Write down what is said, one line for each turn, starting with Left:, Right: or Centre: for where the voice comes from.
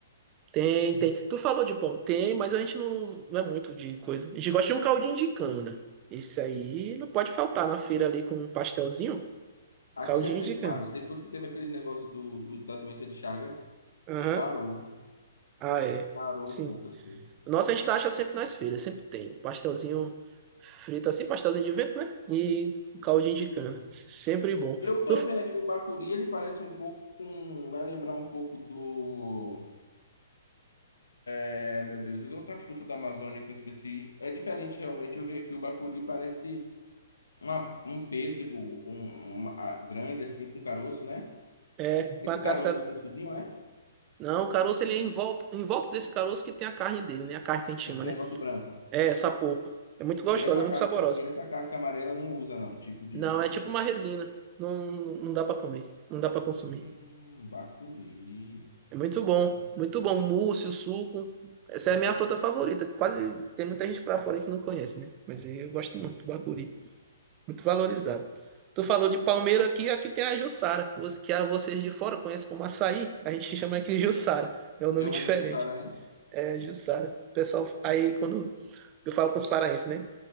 Right: Tem, tem. Tu falou de pão? Tem, mas a gente não, não é muito de coisa. A gente gosta de um caldinho de cana. Esse aí não pode faltar na feira ali com um pastelzinho.
Left: Aqui
Right: Caldinho
Left: já teve
Right: de cana.
Left: mais. Depois que teve aquele negócio do, do- da doença de Chagas,
Right: Aham.
Left: parou,
Right: Ah, é.
Left: parou
Right: Sim.
Left: um pouco assim.
Right: Nossa, a gente acha sempre nas feiras, sempre tem. Pastelzinho frito assim, pastelzinho de vento, né? E um caldinho de cana.
Left: Uhum.
Right: Sempre bom.
Left: Eu tô
Right: Tu-
Left: vendo aqui o Bacuri, ele parece um pouco com. Vai lembrar um pouco do. É, meu Deus, é outra fruta da Amazônia que eu esqueci. É diferente realmente. Eu vi aqui o Bacuri, parece uma- um pêssego um, uma- grande assim, com caroço, né?
Right: É, com
Left: Esse
Right: a casca
Left: caroço vocês cozinham, né?
Right: Não, o caroço ele é em volta, em volta desse caroço que tem a carne dele, né? A carne que a gente chama,
Left: é? Esse negócio
Right: né?
Left: branco.
Right: É essa polpa. É muito gostosa,
Left: E essa
Right: é
Left: casca,
Right: muito saborosa.
Left: e essa casca amarela não usa, não. Tipo de.
Right: Não, é tipo uma resina. Não, não dá pra comer, não dá pra consumir.
Left: Hum, bacuri.
Right: É muito
Left: Da-
Right: bom, muito bom. Mousse, o suco. Essa é a minha fruta favorita. Quase tem muita gente pra fora aí que não conhece, né? Mas eu gosto muito, bacuri. Muito valorizado. Tu falou de palmeira aqui, aqui tem a Jussara, que, você, que a vocês de fora conhecem como açaí. A gente chama aqui de Jussara. É um nome
Left: Chama
Right: diferente.
Left: de Jussara, né?
Right: É Jussara. O pessoal aí quando Eu falo com os paraenses, né?